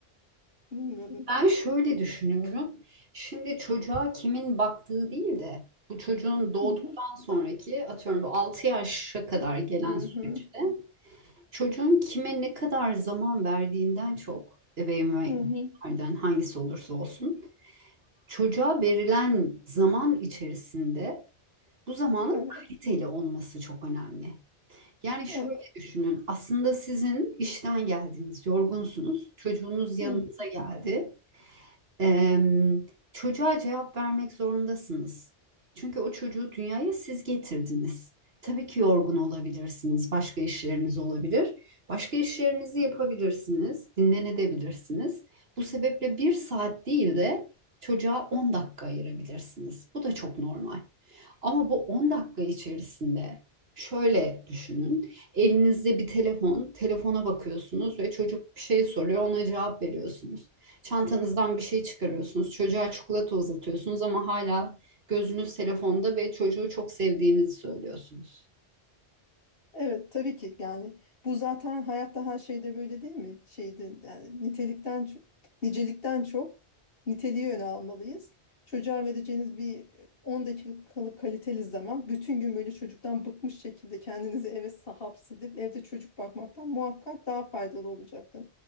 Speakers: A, on the left; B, on the right.
A: Bilmiyorum.
B: Ben şöyle düşünüyorum. Şimdi çocuğa kimin baktığı değil de bu çocuğun doğduktan
A: Hı hı.
B: sonraki atıyorum bu 6 yaşa kadar gelen
A: Hı
B: süreçte
A: hı.
B: Çocuğun kime ne kadar zaman verdiğinden çok ebeveyn ve Hı.
A: Hı hı.
B: ebeveynlerden hangisi olursa olsun çocuğa verilen zaman içerisinde bu zamanın
A: Evet.
B: kaliteli olması çok önemli. Yani şöyle
A: Evet.
B: düşünün aslında sizin işten geldiniz, yorgunsunuz, çocuğunuz
A: Hı
B: yanınıza geldi. Em, çocuğa cevap vermek zorundasınız. Çünkü o çocuğu dünyaya siz getirdiniz. Tabii ki yorgun olabilirsiniz, başka işleriniz olabilir. Başka işlerinizi yapabilirsiniz, dinlenebilirsiniz. Bu sebeple bir saat değil de çocuğa 10 dakika ayırabilirsiniz. Bu da çok normal. Ama bu 10 dakika içerisinde şöyle düşünün. Elinizde bir telefon, telefona bakıyorsunuz ve çocuk bir şey soruyor, ona cevap veriyorsunuz. Çantanızdan bir şey çıkarıyorsunuz, çocuğa çikolata uzatıyorsunuz ama hala gözünüz telefonda ve çocuğu çok sevdiğinizi söylüyorsunuz.
A: Evet tabii ki yani bu zaten hayatta her şeyde böyle değil mi? Şeyde yani nitelikten çok, nicelikten çok niteliği öne almalıyız. Çocuğa vereceğiniz bir e, 10 dakikalık kaliteli zaman bütün gün böyle çocuktan bıkmış şekilde kendinizi eve hapsedip evde çocuk bakmaktan muhakkak daha faydalı olacaktır.